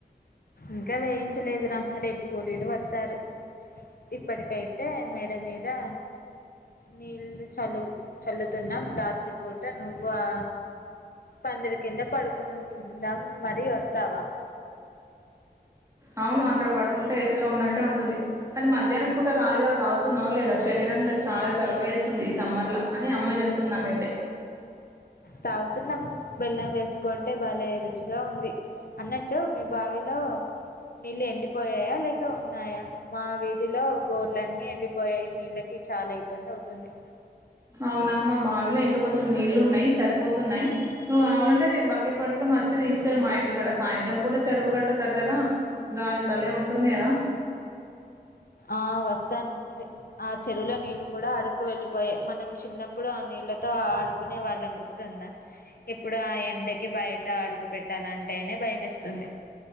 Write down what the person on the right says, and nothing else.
అవును ఇక్కడ పడుకుంటే ఏసీలో ఉన్నట్టే ఉంటుంది కానీ మధ్యాహ్నం పూట రాగిజావా తాగుతున్నావ లేదా శరీరానికి చాలా చలవ వేస్తుంది ఈ సమ్మర్ లో అని అమ్మ చెప్ తందకతే
అవునా మా బావిలో ఇంకా కొంచెం నీళ్ళలు ఉన్నాయి సరిపోతున్నాయి నువ్వు కావాలంటే రేపు బకెట్ పట్టుకుని వచ్చి తీసుకెళ్ళి మా ఇంటికాడ సాయంత్రం పూట చెరువు గట్ట దగ్గర గాలి భలే ఉంటుంది కదా